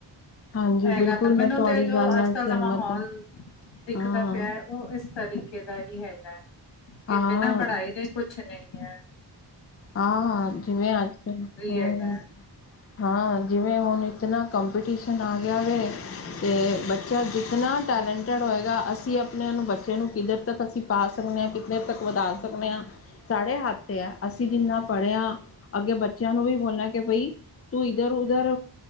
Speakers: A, on the left; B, on the left.
A: ਹਾਂਜੀ
B: ਹੈਗਾ
A: ਬਿਲਕੁਲ
B: ਮੈਨੂੰ
A: ਮੈਂ ਤੁਹਾਡੀ
B: ਤੇ ਜੋ
A: ਗੱਲ ਨਾਲ
B: ਅੱਜ ਕੱਲ
A: ਸਹਿਮਤ
B: ਦਾ ਮਾਹੌਲ ਦਿਖਦਾ
A: ਹਾਂ
B: ਪਿਆ ਉ ਇਸ ਤਰੀਕੇ ਦਾ ਹੀ ਹੈਗਾ ਏ
A: ਹਾਂ
B: ਇਹ
A: ਹਾਂ
B: ਬਿਨਾਂ ਪੜ੍ਹਾਈ ਦੇ ਕੁਛ ਨਈ ਹੇ।
A: ਹਾਂ ਜਿਵੇੰ ਅਜ ਕਲ ਹੂੰ
B: ਹੈਗਾ ਹੈ
A: ਹਾਂ ਜਿਵੇਂ ਹੁਨ ਇਤਨਾ ਕੰਪੀਟੀਸ਼ਨ ਆ ਗਿਆ ਵੇ ਤੇ ਬੱਚਾ ਜਿਤਨਾ ਟੈਲੈਂਟੇਡ ਹੋਏਗਾ ਅਸੀਂ ਆਪਣੇ ਨੂੰ ਬੱਚੇ ਨੂੰ ਕਿੱਦਰ ਤੱਕ ਅਸੀਂ ਪਾ ਸਕਦੇ ਹਾਂ ਕਿੱਥੇ ਤੱਕ ਵਧਾ ਸਕਦੇ ਹਾਂ ਸਾਡੇ ਹੱਥ ਹੈ ਅਸੀਂ। ਜਿੰਨਾ ਪੜ੍ਹਿਆ ਅੱਗੇ ਬੱਚਿਆਂ ਨੂੰ ਵੀ ਬੋਲਿਆ ਕਿ ਬਈ ਤੂੰ ਇੱਧਰ ਉਧਰ